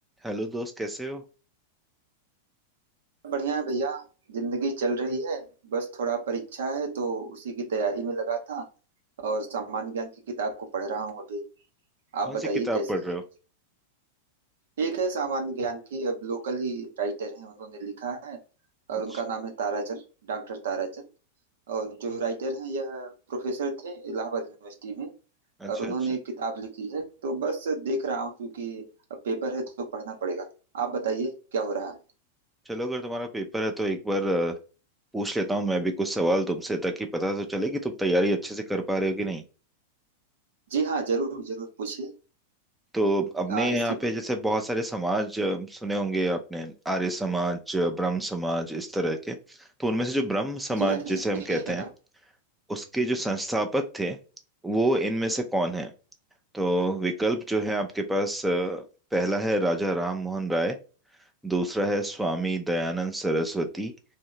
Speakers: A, in the centre; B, on the right.
A: Hello दोस्त कैसे हो
B: बढ़िया है भैया जिंदगी चल रही है बस थोड़ा परीक्षा है तो उसी की तैयारी में लगा था और सामान्य ज्ञान की किताब को पढ़ रहा हूँ अभी आप
A: कौन
B: बताइए
A: सी किताब
B: कैसे
A: पढ़ रहे
B: हैं
A: हो
B: एक है सामान्य ज्ञान की अब लोकल ही राइटर हैं उन्होंने लिखा है और
A: अच्छा
B: उनका नाम है ताराचंद डॉक्टर ताराचंद और जो राइटर हैं यह प्रोफेसर थे इलाहाबाद यूनिवर्सिटी में
A: अच्छा
B: और उन्होंने
A: अच्छा
B: एक किताब लिखी है तो बस देख रहा हूँ क्योंकि अब पेपर है तो पढ़ना पड़ेगा आप बताइए क्या हो रहा है
A: चलो अगर तुम्हारा पेपर है तो एक बार अ, पूछ लेता हूँ मैं भी कुछ सवाल तुमसे ताकि पता तो चले कि तुम तैयारी अच्छे से कर पा रहे हो कि नहीं
B: जी हाँ जरूर जरूर पूछिए
A: तो अपने
B: आ, इसी
A: यहाँ पे जैसे बहुत सारे समाज अ, सुने होंगे आपने आर्य समाज अ, ब्रह्म समाज इस तरह के तो उनमें से जो ब्रह्म समाज
B: जी हाँ
A: जिसे
B: जी
A: हम कहते
B: हाँ
A: हैं उसके जो संस्थापक थे वो इनमें से कौन है तो विकल्प जो है आपके पास अ, पहला है राजा राम मोहन राय दूसरा है स्वामी दयानंद सरस्वती